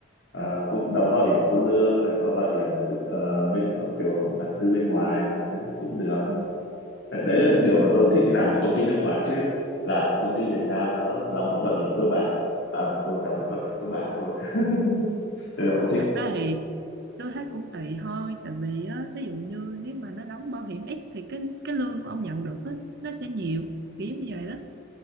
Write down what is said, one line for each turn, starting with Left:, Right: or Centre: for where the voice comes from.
Left: ờ,
Right: Ờ,
Left: cũng đóng bảo hiểm phụ lương rồi có bảo hiểm tự- ờ, bên ờ, kiểu bản tư bên ngoài đấy cũng được
Right: ừ.
Left: đấy là điều mà
Right: Ờ,
Left: tôi thích đi làm ở công ty nước ngoài chứ là công ty Việt Nam nó đóng một bảo hiểm cơ bản à, vừa đóng một bảo hiểm cơ bản thôi <laughs> nên là không thích
Right: thật ra thì tôi thấy cũng tùy thôi tại vì á, ví dụ như nếu mà nó đóng bảo hiểm ít thì cái cái lương của ông nhận được á, nó sẽ nhiều kiểu như vậy đó